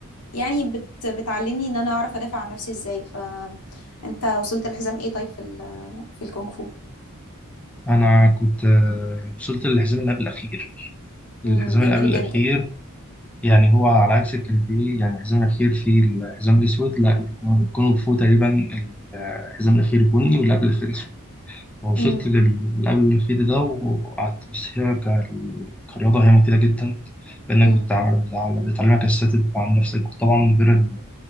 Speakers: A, on the left; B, in the centre.
A: يعني بت بتعلمني ان انا اعرف ادافع عن نفسي ازاي فانت وصلت لحزام ايه طيب في ال- في الكونغ فو
B: أنا كنت آه، وصلت للحزام اللي قبل الأخير
A: مم.
B: الحزام
A: جميل
B: اللي قبل
A: جدا
B: الأخير يعني هو على عكس الكندي يعني الحزام الأخير فيه الحزام الأسود لا الكون- الكونغ فو تقريبا الحزام الأخير بني واللي قبل الأخير أسود فوصلت
A: مم.
B: للي قبل الأخير ده وقعدت بس هي ك- كرياضة هي مفيدة جدا لأنك
A: مم.
B: بتع- بتع- بتعلمك أساسات الدفاع عن نفسك طبعا غير ال-